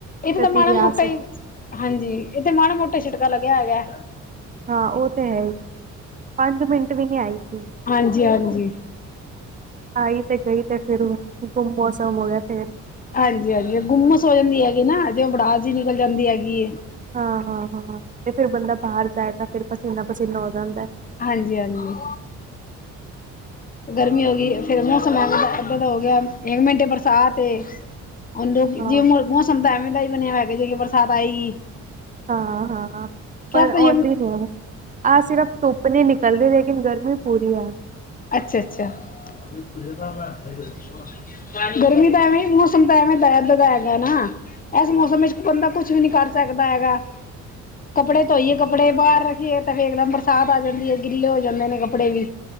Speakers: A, on the left; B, on the right.
A: ਏਥੇ
B: ਕਦੀ
A: ਤਾਂ ਮਾੜਾ-ਮੋਟਾ
B: ਵੀ ਆ ਸਕ
A: ਈ। ਹਾਂਜੀ, ਇਹ ਤਾ ਮਾੜਾ-ਮੋਟਾ ਛਿੜਕਾ ਲੱਗਿਆ ਹੈਗਾ।
B: ਹਾਂ ਉਹ ਤੇ ਹੈ ਈ ਪੰਜ ਮਿੰਟ ਵੀ ਨੀ ਆਈ ਸੀ।
A: ਹਾਂਜੀ-ਹਾਂਜੀ।
B: ਆਈ ਤੇ ਗਈ ਤੇ ਫਿਰ ਗੁੰਮ ਮੌਸਮ ਹੋ ਗਿਆ ਫੇਰ।
A: ਹਾਂਜੀ-ਹਾਂਜੀ ਗੁੰਮਸ ਹੋ ਜਾਂਦੀ ਹੈਗੀ ਨਾ ਜੇ ਉਹ ਬੜਾਸ ਜੀ ਨਿਕਲ ਜਾਂਦੀ ਹੈਗੀ।
B: ਹਾਂ, ਹਾਂ-ਹਾਂ ਤੇ ਫੇਰ ਬੰਦਾ ਬਾਹਰ ਜਾਏ ਤਾਂ ਫਿਰ ਪਸੀਨਾ ਪਸੀਨਾ ਹੋ ਜਾਂਦਾ।
A: ਹਾਂਜੀ-ਹਾਂਜੀ। ਗਰਮੀ ਹੋ ਗਈ ਫੇਰ ਮੌਸਮ ਐਦਾਂ ਦਾ ਹੋ ਗਿਆ ਇੱਕ ਮਿੰਟੇ ਬਰਸਾਤ ਤੇ ਹੁਣ ਦ
B: ਹਾਂ
A: ਜੇ ਮੌਸਮ ਤਾਂ ਐਵੇਂ ਦਾ ਹੀ ਬਣਿਆ ਹੋਇਗਾ ਜੇ ਬਰਸਾਤ ਆਏਗੀ।
B: ਹਾਂ, ਹਾਂ
A: ਕਿਆ
B: ਪਰ
A: ਪਤਾ
B: ਆਉਂਦੀ
A: ਯੇ
B: ਨੀ। ਆਹ ਸਿਰਫ਼ ਧੁੱਪ ਨ ਨਿਕਲ ਰਹੀ ਲੇਕਿਨ ਗਰਮੀ ਪੂਰੀ ਐ।
A: ਅੱਛਾ-ਅੱਛਾ <unintelligible> <unintelligible> ਗਰਮੀ ਤਾਂ ਐਵੇਂ ਮੌਸਮ ਤਾਂ ਐਵੇਂ ਦਾ ਏਦਾਂ ਦਾ ਹੈਗਾ ਨਾ ਇਸ ਮੌਸਮ ਵਿੱਚ ਬੰਦਾ ਕੁਛ ਵੀ ਨੀ ਕਰ ਸਕਦਾ ਹੈਗਾ <inaudible> ਕੱਪੜੇ ਧੋਈਏ, ਕੱਪੜੇ ਬਾਹਰ ਰੱਖੀਏ ਫੇਰ ਇਕਦਮ ਬਰਸਾਤ ਆ ਜਾਂਦੀ ਆ ਗਿੱਲੇ ਹੋ ਜਾਂਦੇ ਨੇ ਕੱਪੜੇ ਵੀ।